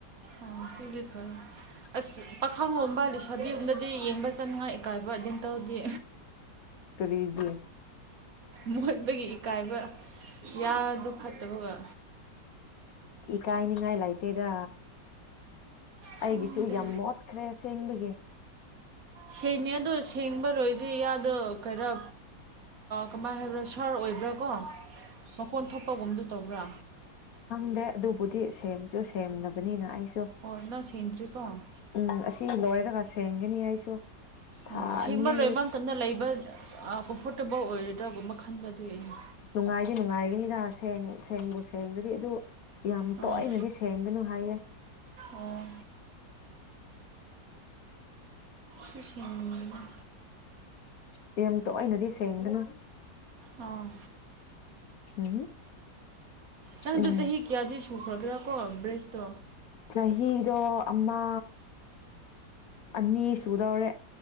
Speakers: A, on the right; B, on the left.
A: ꯑꯣ ꯑꯗꯨꯗꯤ
B: <unintelligible>
A: ꯐꯔꯦ ꯑꯁ ꯄꯥꯈꯪ ꯂꯣꯝꯕ ꯂꯩꯁꯥꯕꯤꯒꯝꯗꯗꯤ ꯌꯦꯡꯕ ꯆꯥꯅꯤꯉꯥꯏ ꯏꯀꯥꯏꯕ ꯑꯗꯨꯝ ꯗꯦꯟꯇꯦꯜꯗꯤ
B: ꯏꯁ ꯀꯔꯤꯒꯤ
A: ꯃꯣꯠꯄꯒꯤ ꯏꯀꯥꯏꯕ ꯌꯥꯗꯨ ꯐꯠꯇꯕꯒ
B: ꯏꯀꯥꯏꯅꯤꯉꯥꯏ ꯂꯩꯇꯦꯗ
A: ꯈꯪꯗꯦ
B: ꯑꯩꯒꯤꯁꯨ ꯌꯥꯝ ꯃꯣꯠꯈ꯭ꯔꯦ ꯁꯦꯡꯕꯒꯤ
A: ꯁꯦꯡꯅꯤ ꯑꯗꯣ ꯁꯦꯡꯕꯔꯣꯏꯗꯤ ꯌꯥꯗꯣ ꯈꯔ ꯀꯃꯥꯏꯅ ꯍꯥꯏꯕ꯭ꯔꯥ ꯁꯥꯔ ꯑꯣꯏꯕ꯭ꯔꯥ ꯀꯣ ꯃꯈꯣꯟ ꯊꯣꯛꯄꯒꯨꯝꯗꯨ ꯇꯧꯕ꯭ꯔꯥ
B: ꯗꯦ ꯑꯗꯨꯕꯨꯗꯤ ꯁꯦꯝꯁꯨ ꯁꯦꯝꯅꯕꯅꯤꯅ ꯑꯩ
A: ꯑꯣ ꯅꯪ ꯁꯦꯡꯗ꯭ꯔꯤꯀꯣ ꯑꯣ
B: ꯎꯝ ꯑꯁꯤ ꯂꯣꯏꯔꯒ ꯁꯦꯡꯒꯅꯤ ꯑꯩꯁꯨ ꯊꯥ
A: ꯑꯣ ꯁꯤꯃ
B: ꯑꯅꯤ
A: ꯂꯣꯏꯕ ꯃꯇꯝꯗ ꯂꯩꯕ ꯀꯝꯐꯣꯔꯇꯦꯕꯜ ꯑꯣꯏꯔꯣꯏꯗ꯭ꯔꯥꯒꯨꯝꯕ ꯈꯟꯕ ꯑꯗꯨ ꯌꯦꯩꯅ
B: ꯑꯁ ꯅꯨꯡꯉꯥꯏꯗꯤ ꯅꯨꯡꯉꯥꯏꯒꯅꯤꯗ ꯁꯦꯡ ꯁꯦꯡꯕꯨ ꯁꯔꯦꯡꯗꯨꯗꯤ ꯑꯗꯨ ꯌꯥꯝ
A: ꯑꯥ
B: ꯇꯣꯏꯅꯗꯤ ꯁꯦꯡꯒꯅꯨ ꯍꯥꯏꯌꯦ
A: ꯑꯣ ꯁꯤ ꯁꯦꯡꯅꯤꯡꯕꯅꯦ
B: ꯀꯦꯝ ꯇꯣꯏꯅꯗꯤ ꯁꯦꯡꯒꯅꯨ
A: ꯎꯝ ꯑꯥ
B: ꯎꯝ
A: ꯅꯪꯗꯣ
B: ꯎꯝ
A: ꯆꯍꯤ ꯀꯌꯥꯗꯤ ꯁꯨꯈ꯭ꯔꯒꯦꯔꯥ ꯀꯣ ꯕ꯭ꯔꯦꯁꯇꯣ
B: ꯆꯍꯤꯗꯣ ꯑꯃ ꯑꯅꯤ ꯁꯨꯗꯧꯔꯦ